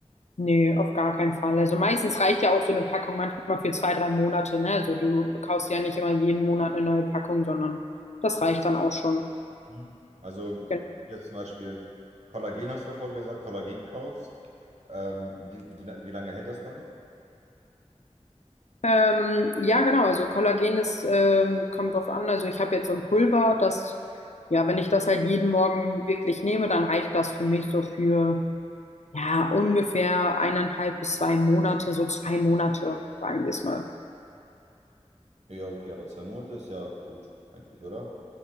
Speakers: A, on the left; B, on the right.
A: Nee, auf gar keinen Fall. Also meistens reicht ja auch so eine Packung manchmal für zwei, drei Monate, ne? Also du kaufst ja nicht immer jeden Monat eine neue Packung, sondern das reicht dann auch schon.
B: Mhm. Also, wenn
A: Genau.
B: du jetzt zum Beispiel Kollagen, hast du davor gesagt, Kollagen kaufst, ähm, wie, wie, la- wie lange hält das dann?
A: Ähm, ja, genau. Also Kollagen ist, ähm, kommt drauf an. Also ich habe jetzt so ein Pulver, das, ja, wenn ich das halt jeden Morgen wirklich nehme, dann reicht das für mich so für, ja, ungefähr eineinhalb bis zwei Monate, so zwei Monate, sagen wir es mal.
B: Ja, okay, aber zwei Monate ist ja gut, eigentlich, oder?